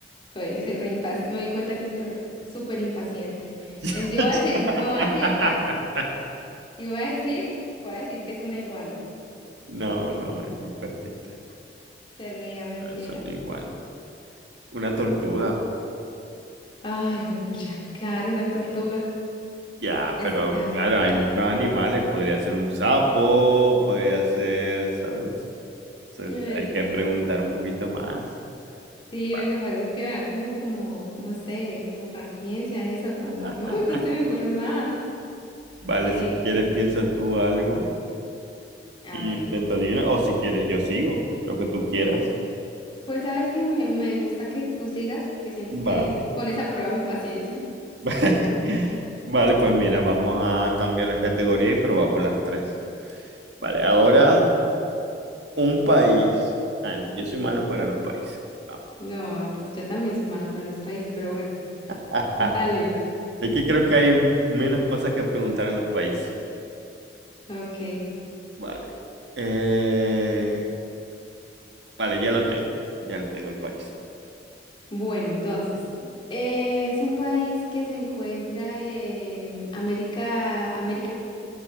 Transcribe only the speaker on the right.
<laughs>
No, no, Angie, perdiste.
No es
una iguana. Una tortuga.
Ya,
pero claro, hay muchos animales. Podría ser un sapo, podría ser, ¿sabes? Se-
Hay que
preguntar un poquito más.
Va.
<laughs>
Vale,
si quieres piensa tú algo.
Y
yo intento adivinar, o si quieres, yo sigo, lo que tú quieras.
Vale.
<laughs> Vale, pues mira, vamos a cambiar la categoría y probamos las tres. Vale, ahora
un país. Ah, yo soy malo para los países. Vamos.
Ah, ah.
Es que creo que hay menos cosas que preguntar en los países.
Vale. Eh, vale, ya lo tengo. Ya lo tengo el país.